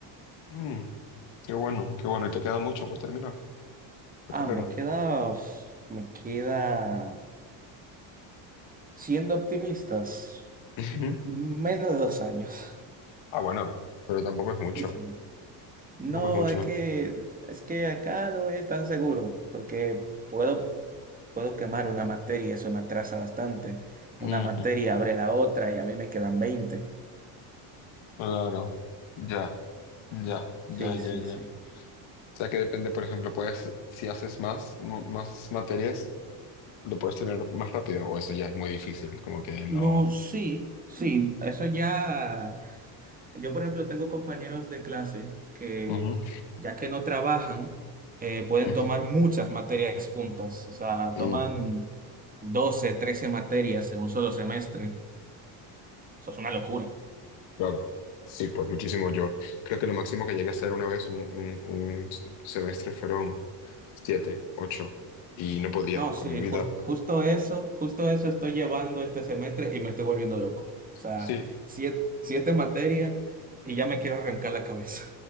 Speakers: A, on the left; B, on the right.
A: Mm, qué bueno, qué bueno. Y te queda mucho por terminar la
B: Ah,
A: carrera.
B: me queda, me queda siendo optimistas.
A: <laughs>
B: Menos de dos años. <laughs>
A: Ah, bueno, pero tampoco es mucho.
B: Sí, sí. No,
A: Tampoco es mucho.
B: es que, es que acá no es tan seguro, porque puedo, puedo quemar una materia, eso me atrasa bastante. Una
A: Ujú,
B: materia abre la otra y a mí me quedan veinte
A: Claro. Ya, ya, ya,
B: Sí,
A: ya,
B: sí,
A: ya.
B: sí.
A: O sea que depende, por ejemplo, puedes, si haces más, mo- más materias, lo puedes tener más rápido, o eso ya es muy difícil, como que no.
B: No, sí, sí, eso ya. Yo, por ejemplo, tengo compañeros de clase que,
A: Ujú.
B: ya que no trabajan, eh, pueden
A: Mm,
B: tomar muchas materias juntas. O sea,
A: mm,
B: toman 12 13 materias en un solo semestre. Eso es una locura.
A: claro. Sí, pues muchísimo yo. Creo que lo máximo que llegué a hacer una vez un, un, un s- semestre fueron siete, ocho, y no podía
B: No,
A: con
B: sí,
A: mi vida.
B: jus- justo eso, justo eso estoy llevando este semestre y me estoy volviendo loco. O sea,
A: Sí,
B: siete, siete materias y ya me quiero arrancar la cabeza.